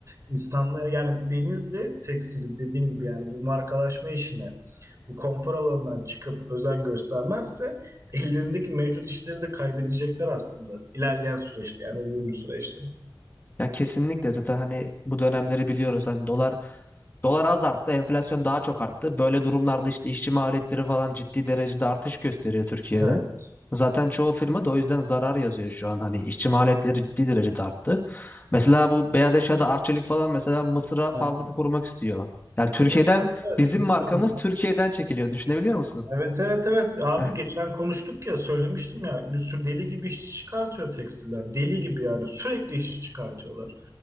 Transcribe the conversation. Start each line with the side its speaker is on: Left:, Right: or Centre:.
Right: İnsanlar yani denizle tekstilin dediğim gibi yani bu markalaşma işine bu konfor alanından çıkıp özen göstermezse ellerindeki mevcut işleri de kaybedecekler aslında ilerleyen süreçte yani uzun bir süreçte.
Left: Ya kesinlikle zaten hani bu dönemleri biliyoruz. Hani dolar dolar az arttı, enflasyon daha çok arttı. Böyle durumlarda işte işçi maliyetleri falan ciddi derecede artış gösteriyor Türkiye'de.
Right: Evet.
Left: Zaten çoğu firma da o yüzden zarar yazıyor şu an. Hani işçi maliyetleri ciddi derecede arttı. Mesela bu beyaz eşyada Arçelik falan mesela Mısır'a
Right: Evet,
Left: fabrika kurmak istiyor. Yani Türkiye'den
Right: evet, evet.
Left: bizim
Right: Mısır'da.
Left: markamız Türkiye'den çekiliyor. Düşünebiliyor musun?
Right: Evet evet evet abi
Left: Heh.
Right: geçen konuştuk ya söylemiştim ya bir sürü deli gibi işçi çıkartıyor tekstiller deli gibi yani sürekli işçi çıkartıyorlar